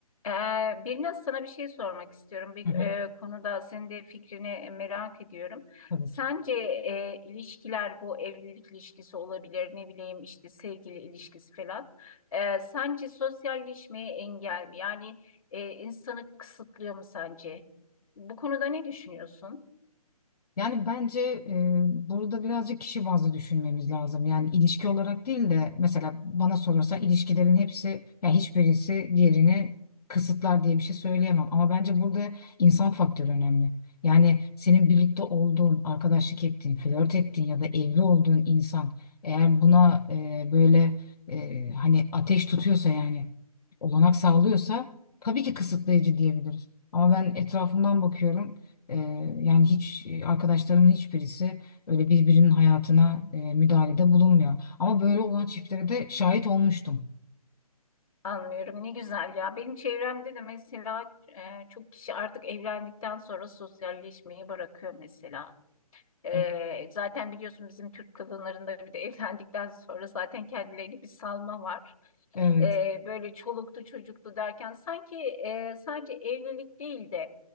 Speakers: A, on the left; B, on the left.
A: Ee, Birnaz sana bir şey sormak istiyorum. Bir
B: Hı
A: e,
B: hı,
A: konuda senin de fikrini merak ediyorum.
B: tabii
A: Sence
B: ki.
A: e, ilişkiler bu evlilik ilişkisi olabilir, ne bileyim işte sevgili ilişkisi falan. E, sence sosyalleşmeye engel mi? Yani e, insanı kısıtlıyor mu sence? Bu konuda ne düşünüyorsun?
B: Yani bence e, burada birazcık kişi bazlı düşünmemiz lazım. Yani ilişki olarak değil de mesela bana sorarsan ilişkilerin hepsi ya hiçbirisi diğerini kısıtlar diye bir şey söyleyemem. Ama bence burada insan faktörü önemli. Yani senin birlikte olduğun, arkadaşlık ettiğin, flört ettiğin ya da evli olduğun insan eğer buna e, böyle e, hani ateş tutuyorsa yani olanak sağlıyorsa tabii ki kısıtlayıcı diyebiliriz. Ama ben etrafımdan bakıyorum. Ee, yani hiç arkadaşlarımın hiçbirisi öyle birbirinin hayatına e, müdahalede bulunmuyor. Ama böyle olan çiftlere de şahit olmuştum.
A: Anlıyorum. Ne güzel ya. Benim çevremde de mesela e, çok kişi artık evlendikten sonra sosyalleşmeyi bırakıyor mesela. Ee,
B: Evet.
A: zaten biliyorsun bizim Türk kadınlarında bir de <laughs> evlendikten sonra zaten kendilerini bir salma var.
B: Evet,
A: Ee, böyle çoluktu çocuktu derken sanki e, sadece evlilik değil de